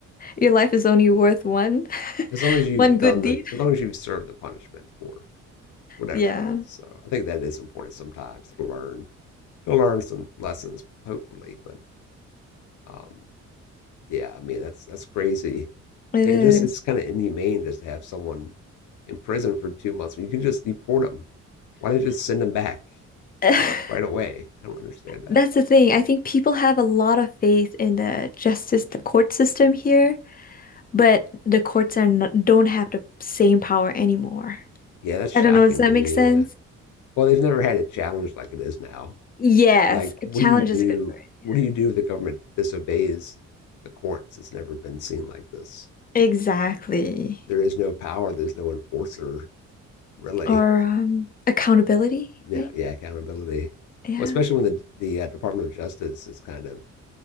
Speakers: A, on the left; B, on the left.
A: Your life is only worth one <laughs>
B: As long as you've
A: one
B: done
A: good
B: the,
A: deed.
B: as long as you've served the punishment for whatever
A: Yeah,
B: it is. So I think that is important sometimes to learn, to learn some lessons, hopefully. But um, yeah, I mean, that's, that's crazy.
A: it
B: And
A: is.
B: just, it's kind of inhumane just to have someone in prison for two months when you can just deport them. Why not just send them back
A: <laughs>
B: right away? I don't understand that.
A: That's the thing. I think people have a lot of faith in the justice, the court system here, but the courts are not, don't have the same power anymore.
B: Yeah, that's shocking
A: I don't know, does that
B: to me.
A: make sense?
B: Yeah. Well, they've never had a challenge like it is now.
A: Yes,
B: like
A: a
B: what
A: challenge
B: do you do
A: is a good word. Yeah.
B: what do you do if the government disobeys the courts it's never been seen like this
A: Exactly.
B: there is no power there's no enforcer really
A: Or um, accountability,
B: yeah
A: right?
B: yeah accountability
A: Yeah.
B: well especially when the the uh, department of justice is kind of